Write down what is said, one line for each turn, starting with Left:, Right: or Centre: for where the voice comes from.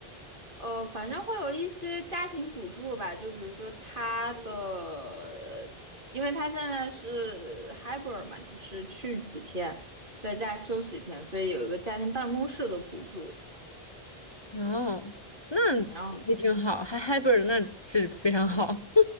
Right: 呃，反正会有一些家庭补助吧，就比如说他的，因为他现在是 hybrid 嘛，就是去几天，在家休息一天，所以有一个家庭办公室的补助。
Left: 哦，那
Right: 嗯，然后
Left: 也挺好，还 hybrid，那是非常好。